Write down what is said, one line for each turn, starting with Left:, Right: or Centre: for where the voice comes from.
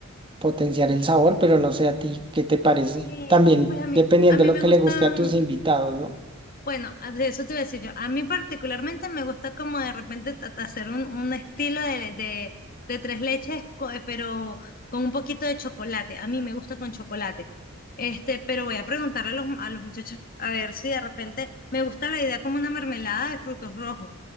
Right: potenciar el sabor, pero no sé a ti, ¿qué te parece?
Left: Eh,
Right: También
Left: pues a mí,
Right: dependiendo
Left: a mí
Right: de lo
Left: me
Right: que
Left: gustan.
Right: le guste a tus invitados, ¿no?
Left: Bueno, a- de eso te iba a decir yo. A mí particularmente me gusta como de repente ta- ta- hacer un, un estilo de, de, de tres leches, co- eh, pero con un poquito de chocolate. A mí me gusta con chocolate. Este, pero voy a preguntarle a los, a los muchachos a ver si de repente me gusta la idea como una mermelada de frutos rojos,